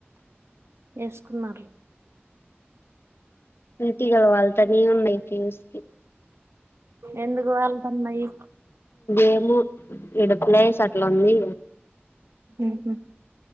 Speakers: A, on the right (about 75°); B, on the left (about 65°).
A: ఏసుకున్నారు
B: తేనెటీగలు వాళ్ళతనే ఉన్నాయి ఫ్యూస్ కి
A: ఎందుకు వాలుతున్నాయి
B: ఏమో ఇడ ప్లేస్ అట్ల ఉంది
A: ఉహు